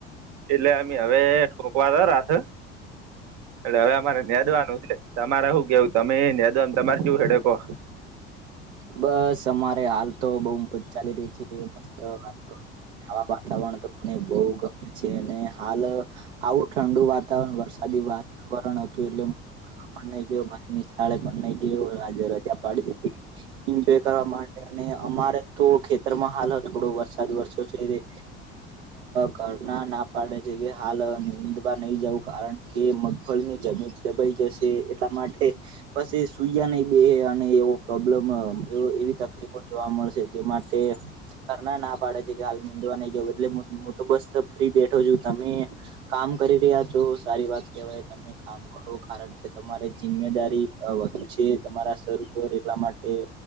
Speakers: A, on the right (about 65°); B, on the right (about 85°).
A: એટલે અમે હવે ઠોકવા દરા છે એટલે હવે અમારે નેદવાનું છે. તમારે હું કેવું તમે એ નેદવાનું તમારે કેવી શું હેડો કો?
B: બસ અમારે હાલ તો બઉ ચાલી રહી છે. મસ્ત હાલ તો આ વાતાવરણ તો પણ બહુ ગમે છે અને હાલ આવું ઠંડુ વાતાવરણ વરસાદી વાતાવરણ હતું એટલે પણ નહી ગયો મારી નિશાળે પણ નઈ ગયો રજા પાડી દીધી. એન્જોય કરવા માટે અને અમારે તો ખેતરમાં હાલ થોડો વરસાદ વરસ્યો છે. ઘરના ના પાડે છે કે હાલ નીંદવા નહી જવું કારણ કે મગફળી ની જમીન દબાઈ જશે એટલા માટે પછી એ સુયા નહી બેસે ને એવો પ્રોબ્લેમ એવી તકલીફો જોવા મળશે. તે માટે ઘરના ના પાડે છે કે, હાલ નીંદવા નહી જવું એટલે હું તો બસ ફ્રી બેઠો છું. તમે કામ કરી રહ્યા છો સારી વાત કેવાય તમે કામ કરો. કારણ કે તમારે જિમ્મેદારી વધુ છે. તમારા સર ઉપર એટલા માટે